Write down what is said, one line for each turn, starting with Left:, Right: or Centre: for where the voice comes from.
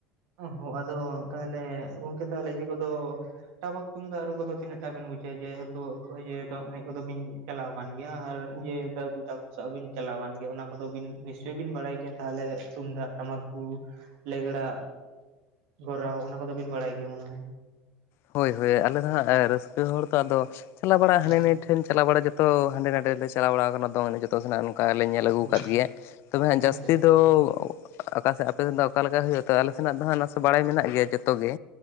Right: ᱚ ᱦᱚ ᱟᱫᱚ ᱛᱟᱦᱞᱮ ᱜᱚᱝᱠᱮ ᱛᱟᱦᱚᱞᱮ ᱤᱭᱟᱹ ᱠᱚᱫᱚ ᱴᱟᱢᱟᱠ ᱛᱩᱱᱫᱟᱜ ᱨᱩ ᱠᱚᱫᱚ ᱛᱤᱱᱟᱹᱜ ᱴᱟ ᱵᱤᱱ ᱵᱩᱡᱟ ᱡᱮᱦᱮᱛᱩ ᱫᱚᱝ ᱮᱱᱮᱡ ᱠᱚᱫᱚ ᱵᱤᱱ ᱪᱟᱞᱟᱣ ᱟᱠᱟᱱ ᱜᱮᱭᱟ ᱟᱨ ᱡᱮ ᱫᱟᱫᱩ ᱛᱟᱠᱚ ᱥᱟᱜ ᱦᱚ ᱵᱤᱱ ᱪᱟᱞᱟᱣᱟᱱ ᱜᱮᱭᱟ ᱚᱱᱟ ᱠᱚᱫᱚ ᱵᱤᱱ ᱱᱤᱥᱪᱳᱭ ᱵᱤᱱ ᱵᱟᱲᱟᱭ ᱜᱮᱭᱟ? ᱛᱟᱦᱚᱞᱮ ᱛᱩᱢᱫᱟᱜ ᱴᱟᱢᱟᱠ ᱨᱩ, ᱞᱮᱜᱽᱲᱟ ᱜᱨᱟᱣ ᱚᱱᱟ ᱠᱚᱫᱚ ᱵᱤᱱ ᱵᱟᱲᱟᱭ ᱜᱮᱭᱟ ᱢᱚᱱᱮ ᱦᱚᱭ?
Left: ᱦᱳᱭ ᱦᱳᱭ ᱟᱞᱮ ᱫᱚ ᱦᱟᱸᱜ ᱨᱟᱹᱥᱠᱟᱹ ᱦᱚᱲ ᱛᱚ ᱟᱫᱚ ᱪᱟᱞᱟᱣ ᱵᱟᱲᱟ
Right: ᱦᱩᱸ
Left: ᱦᱟᱱᱤ ᱱᱟᱹᱭ ᱴᱷᱮᱱ ᱪᱟᱞᱟᱣ ᱵᱟᱲᱟ ᱡᱚᱛᱚ ᱦᱟᱸᱰᱮ ᱱᱟᱰᱮ ᱞᱮ ᱪᱟᱞᱟᱣ ᱵᱟᱲᱟᱣ ᱠᱟᱱᱟ ᱫᱚᱝ ᱮᱱᱮᱡ ᱡᱚᱛᱚ ᱥᱮᱱᱟᱜ ᱚᱱᱠᱟ ᱞᱮ ᱧᱮᱞ ᱟᱹᱜᱩᱣ
Right: ᱦᱩᱸ
Left: ᱠᱟᱫ ᱜᱮᱭᱟ, ᱛᱚᱵᱮ ᱦᱟᱸᱜ
Right: ᱟᱪᱪᱷᱟ
Left: ᱡᱟᱹᱥᱛᱤ
Right: ᱦᱮᱸ
Left: ᱫᱚ ᱟᱠᱟ ᱥᱮ ᱟᱯᱮ ᱥᱮᱱ ᱫᱚ ᱚᱠᱟ ᱞᱮᱠᱟ ᱦᱩᱭᱩᱜ-ᱟ? ᱛᱚ ᱟᱞᱮ ᱥᱮᱱᱟᱜ ᱫᱚ ᱦᱟᱸᱜ ᱱᱟᱥᱮ ᱵᱟᱲᱟᱭ ᱢᱮᱱᱟᱜ ᱜᱮᱭᱟ ᱡᱚᱛᱚ ᱜᱮ